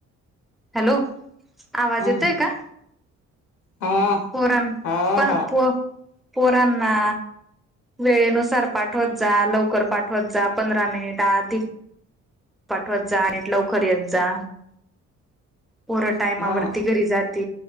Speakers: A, in the centre; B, on the left.
A: हॅलो आवाज
B: हा
A: येतय का
B: हा
A: पोरण
B: हा
A: प
B: हा
A: प पोरना वेळेनुसार पाठवत जा लवकर पाठवत जा पंधरा मिनिटध पाठवत जा आणि लवकर येत जा पोर टायमावरती
B: हा
A: घरी जात